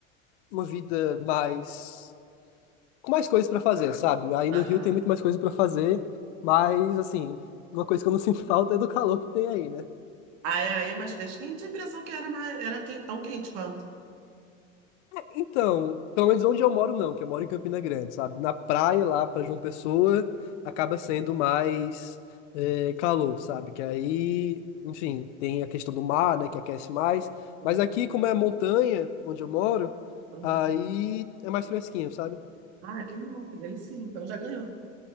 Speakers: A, on the left; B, on the right.
A: uma vida mais com mais coisas pra fazer, sabe? Aí
B: Aham.
A: no Rio tem muito mais coisas pra fazer, mas assim, uma coisa que eu não <laughs> sinto falta é do calor que tem aí, né?
B: Ah, é aí, é mais fresquinho? Tinha a impressão que era, mais, era que- tão quente quanto.
A: Então, pelo menos onde eu moro, não, que eu moro em Campina Grande, sabe? Na praia lá para João Pessoa acaba sendo mais eh, calor, sabe? Que aí, enfim, tem a questão do mar, né, que aquece mais.
B: Uhum,
A: Mas aqui, como é montanha, onde eu moro,
B: uhum.
A: aí é mais fresquinho, sabe?
B: Ah, que bom, que delicinha. Então já ganhou.